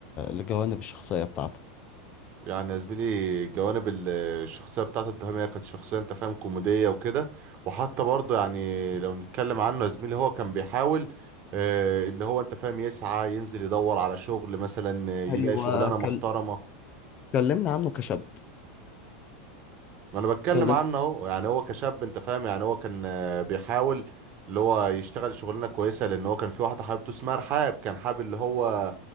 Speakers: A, on the left (about 35°); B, on the right (about 40°).
A: لجوانب الشخصية بتاعته
B: يعني يا زميلي جوانب ال- الشخصية بتاعته انت فاهم هي كانت شخصية انت فاهم كوميدية وكده وحتى برضه يعني لو نتكلم عنه يا زميلي هو كان بيحاول آه، اللي هو انت فاهم يسعى ينزل يدور على شغل مثلا آه، يلاقي
A: ايوه
B: شغلانة
A: كل
B: محترمة
A: كلمني عنه كشاب
B: ما انا بتكلم
A: كلمني
B: عنه اهو يعني هو كشاب انت فاهم يعني هو كان آه، بيحاول اللي هو يشتغل شغلانه كويسه لان هو كان في واحده حبيبته اسمها رحاب كان حابب اللي هو